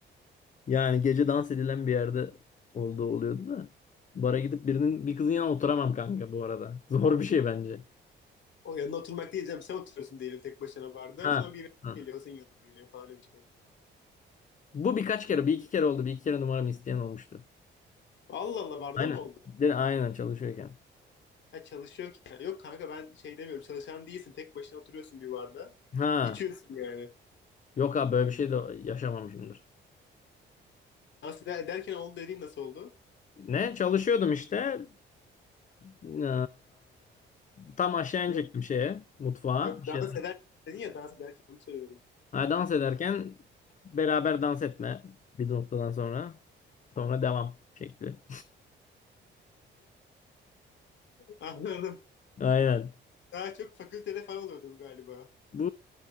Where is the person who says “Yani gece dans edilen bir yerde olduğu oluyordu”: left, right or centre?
Left